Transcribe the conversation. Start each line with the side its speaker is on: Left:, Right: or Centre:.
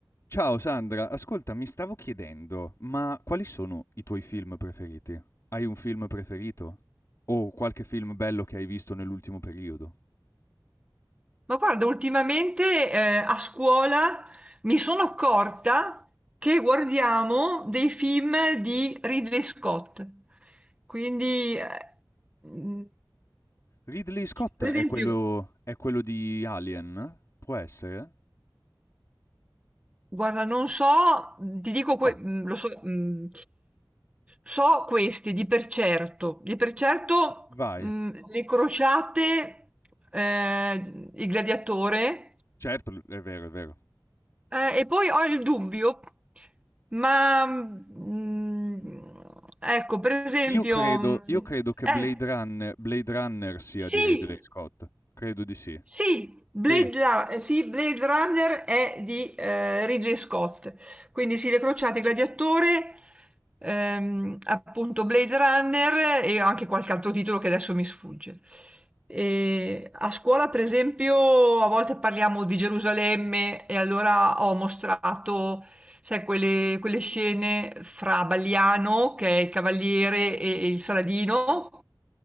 Left: Ciao Sandra, ascolta, mi stavo chiedendo, ma quali sono i tuoi film preferiti? Hai un film preferito? O qualche film bello che hai visto nell'ultimo periodo?
Right: Ma guarda, ultimamente eh, a scuola mi sono accorta che guardiamo dei film di Ridley Scott. Quindi, eh, mm,
Left: Ridley Scott
Right: per
Left: è
Right: esempio,
Left: quello, è quello di Alien? Può essere?
Right: guarda, non so, ti dico,
Left: Ma
Right: que- mm, lo so, mm, so questi di per certo, di per certo,
Left: vai.
Right: mm, le crociate, eh, il gladiatore.
Left: Certo, l- è vero, è vero.
Right: Eh, e poi ho il dubbio, ma mm, ecco, per esempio,
Left: Io credo,
Right: mm,
Left: io credo che
Right: eh,
Left: Blade Runner, Blade Runner sia
Right: sì,
Left: di Ridley Scott. Credo di sì.
Right: sì, Blade
Left: Sì,
Right: Ra- eh, sì, Blade Runner è di eh, Ridley Scott, quindi Sile Crociati, Gladiatore, ehm, appunto Blade Runner e anche qualche altro titolo che adesso mi sfugge. E a scuola, per esempio, a volte parliamo di Gerusalemme e allora ho mostrato, sai, quelle, quelle scene fra Baliano, che è il cavaliere, e e il Saladino.